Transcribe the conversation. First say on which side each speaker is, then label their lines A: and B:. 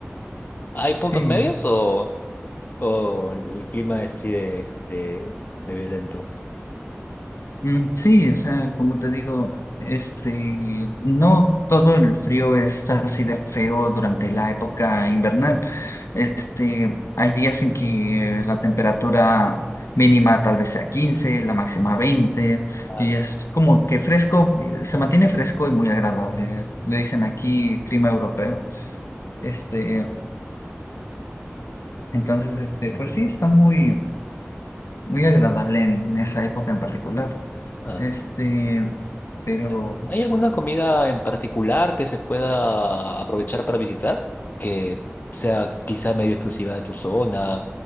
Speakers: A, on the left (about 40°); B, on the left (about 85°).
A: ¿Hay puntos
B: sí.
A: medios o, o el clima es así de, de, de violento?
B: Mm, Sí, o sea, como te digo, este, no todo el frío es así de feo durante la época invernal. Este, hay días en que eh, la temperatura mínima tal vez sea 15, la máxima veinte
A: Ah,
B: y
A: ya.
B: es como que fresco, eh, se mantiene fresco y muy agradable. Le dicen aquí clima europeo. Este, entonces, este, pues sí, está muy, muy agradable en esa época en particular.
A: Ah.
B: Este, pero
A: ¿Hay hay alguna comida en particular que se pueda aprovechar para visitar? Que sea quizá medio exclusiva de tu zona